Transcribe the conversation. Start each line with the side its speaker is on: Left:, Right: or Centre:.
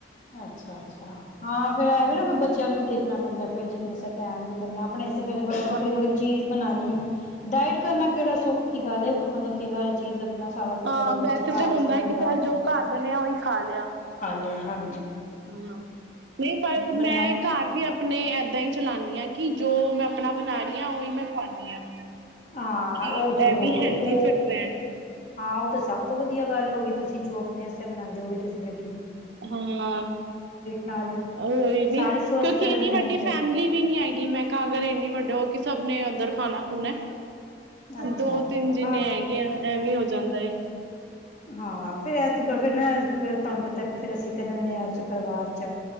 Left: ਅੱਛਾ- ਅੱਛਾ। ਹਾਂ, ਫੇਰ ਐਵੇ
Right: ਹਮ
Left: ਨਾ ਬੱਚਿਆਂ ਨੂੰ ਦੇਖ ਦੇਣਾ ਪੈਂਦਾ, ਫੇਰ ਜਿਵੇੇ ਸਟੈਂਡ ਵੀ ਕਰਨਾ ਆਪਣੇ ਫੇਰ, ਮਤਲਬ
Right: ਹਾਂ
Left: ਵੱਖਰੀ- ਵੱਖਰੀ ਚੀਜ਼ ਬਨਾਣੀ‌। ਡਾਇਟ ਕਰਨਾ ਕਿਹੜਾ ਸੌਖੀ ਗੱਲ ਹੈ, ਮਤਲਬ ਕਿ ਹਰ ਚੀਜ਼ ਆਪਣਾ ਸਾਰਾ ਕੁਛ
Right: ਹਾਂ,
Left: ਅਲੱਗ ਬੱਚੇ
Right: ਵੈਸੇ
Left: ਘਰ
Right: ਤਾਂ ਹੁੰਦਾ
Left: ਵਾਸਤੇ ਬਣਾਓ
Right: ਕਿ ਚੱਲ, ਜੋ ਘਰ ਬਣਿਆ ਉਹੀ ਖਾ ਲਿਆ।
Left: ਗਿਆ ਹਾ
Right: ਹਾਂ, ਨਹੀਂ ਪਰ ਮੈਂ
Left: ਬਣਿਆ ਖਾ
Right: ਘਰ
Left: ਲਿਆ
Right: ਵੀ ਆਪਣੇ ਐਦਾਂ ਹੀ ਚਲਾਨੀ ਆਂ ਕਿ ਜੋ ਮੈਂ, ਆਪਣਾ ਬਣਾ ਰਹੀ ਹਾਂ, ਉਹੀ ਮੈਂ ਖਵਾਉਂਨੀ ਹਾਂ।
Left: ਹਾਂ,
Right: ਕਿ
Left: ਉਹਚੋ,
Right: ਇਹ ਵੀ ਹੈਲਦੀ
Left: ਉਹ
Right: ਫਿਟ ਰਹਿਣ
Left: ਹਾਂ। ਉਹ ਤੇ ਸਭ ਤੋਂ ਵਧੀ ਵਧੀਆ ਗੱਲ ਹੋ ਗਈ, ਤੁਸੀਂ ਜੋ ਆਪਣੇ ਵਾਸਤੇ ਅਸਤੇ ਬਣਾਂਦੇ, ਓਹੀ ਤੁਸੀਂ ਵੀ
Right: ਹਾਂ,
Left: ਨਾਲ
Right: ਉਹੀ ਨੀ
Left: ਸਾਰੇ ਸਵਸਥ
Right: ਕਿਉਂਕਿ
Left: ਰਹਿੰਦੇ
Right: ਇੰਨੀ ਵੱਡੀ
Left: ਨੇ ਫਿਰ
Right: ਫੈਮਿਲੀ ਵੀ ਨੀ ਹੈਗੀ ਮੈਂ ਕਹਾ, ਅਗਰ ਇੰਨੀ ਵੱਡੇ ਹੋ ਕੇ ਕਿਸ ਸਭ ਨੇ ਉਧਰ ਖਾਨਾ- ਖੂਣੈ
Left: ਅੱਛਾ
Right: ਦੋ-
Left: ਅੱਛਾ
Right: ਤਿੰਨ ਜਿੰਨੇ ਹੈਗੇ ਆ ਐਵੇਂ ਹੋ ਜਾਂਦਾ ਏ।
Left: ਹਾਂ, ਫੇਰ ਐ ਫੇਰ ਨਾ ਤੁਹਾਨੂੰ ਪਤਾ ਫਿਰ ਅਸੀਂ ਕਹ ਦਿੰਨੇ ਆ, ਅਸੀਂ ਪਰਿਵਾਰ ਚ ਆ।